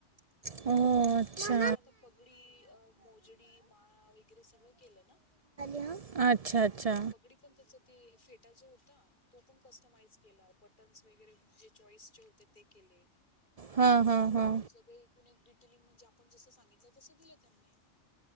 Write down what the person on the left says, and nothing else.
त्याची आता पगडी अ, मोजडी माळा वैगरे सगळ केल ना
पगडीच त्याच ते फेटा जो होता तो पण कस्टमाइज केला. बटन्स वगैरे जे चॉईसचे होते ते केले.
टेलिंग म्हणजे आपण जस सांगितल तस दिल त्यांनी.